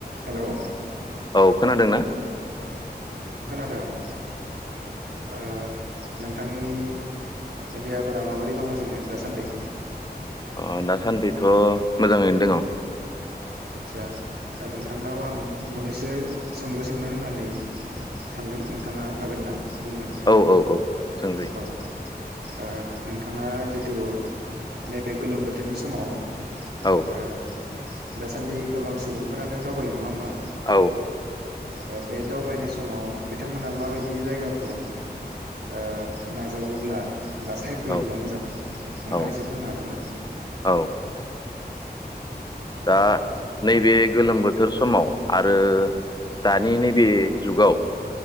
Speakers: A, on the right (about 85°); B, on the left (about 25°).
A: हेलौ
B: औ खोनादों ना?
A: ओं आ नोंथांनि देहाफोरा माबोरै दं ओरैनो दासान्दि
B: अह दासान्दिथ' मोजाङैनो दङ
A: आदसा दा नोंथांनाव आं मोननैसो सोंलु सोंनो होननानै सानदों नोंथाङा हागोन ना बुंनो
B: औ औ औ सोंजायो
A: औ ओ नोंथाङा जिथु नैबे गोलोम बोथोरनि समाव
B: औ
A: ओ दासान्दि गोबां सुबुंफोरानो दावबायो नङा होमबा?
B: औ
A: ओ बे दावबायनाय समाव बिथांमोना माबायदि जायगाखौ ओ नाजावोब्ला बा सायख'योब्ला
B: औ
A: मोजां नोंथाङा
B: औ
A: एसे बुंनो हागोन ना?
B: औ दा नैबे गोलोम बोथोर समाव आरो दानि नैबे जुगाव